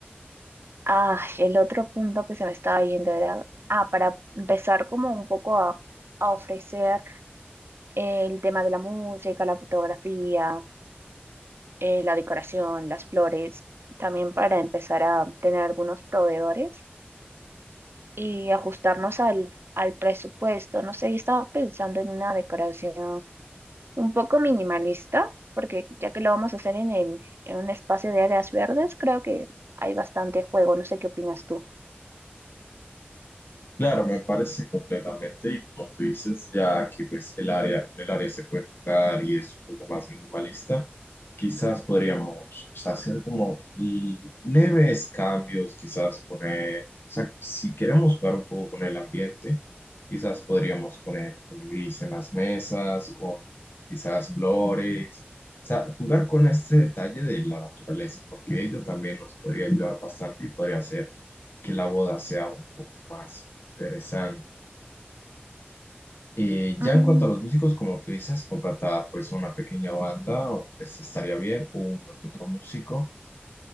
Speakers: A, on the right; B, on the left.
A: ah, el otro punto que se me estaba yendo era, ah, para empezar como un poco a, a ofrecer El tema de la música, la fotografía, eh, la decoración, las flores, también para empezar a tener algunos proveedores y ajustarnos al, al presupuesto. No sé, yo estaba pensando en una decoración un poco minimalista, porque ya que lo vamos a hacer en el, en un espacio de áreas verdes, creo que hay bastante juego. No sé qué opinas tú.
B: Claro, me parece completamente, y como tú dices, ya que pues el área, el área se puede tocar y es un poco más minimalista, quizás podríamos o sea, hacer como l- leves cambios, quizás poner, o sea, si queremos jugar un poco con el ambiente, quizás podríamos poner colibríes en las mesas, con quizás flores, o sea, jugar con este detalle de la naturaleza, porque ello también nos podría ayudar bastante y podría hacer que la boda sea un poco más Interesante. Y ya
A: Mm,
B: en cuanto a los músicos, como tú dices, contratar pues una pequeña banda o, pues, estaría bien, uno que otro músico.